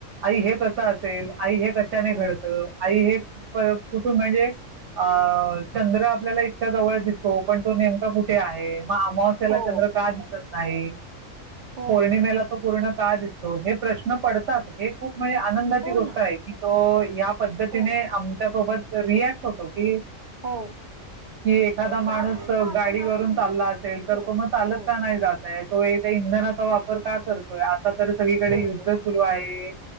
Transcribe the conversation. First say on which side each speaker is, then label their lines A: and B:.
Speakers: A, on the right (about 65°); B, on the right (about 80°).
A: आई हे कसं असेल आई हे कशाने
B: हो
A: घडत आई हे बा कुठून आले अ अ चंद्र आपल्याला इतक्या जवळ दिसतो पण तो नेमका कुठे आहे अमावस्याला
B: हो
A: चंद्र का दिसत नाही ही
B: हो
A: पौर्णिमेला तो पूर्ण का दिसतो हे प्रश्न पडतात त हे खूप म्हणजे आनंदाची
B: हो
A: गोष्ट
B: ना
A: आहे की तो पद्धतीने
B: हो
A: ने आमच्यासोबत रिॲक्ट होतो की
B: हो
A: कि एखादा
B: तर त्यावेळेला
A: माणूस स
B: आपण
A: गाडीवरून
B: असे
A: चालला
B: ना
A: अस तो इतर
B: हो
A: तो मग चालत
B: हो
A: का नाही जातय तो एक इंधनाचा वापर का करतोय आता तर सगळीकडे
B: बरोबर
A: युद्ध सुरु आहे हे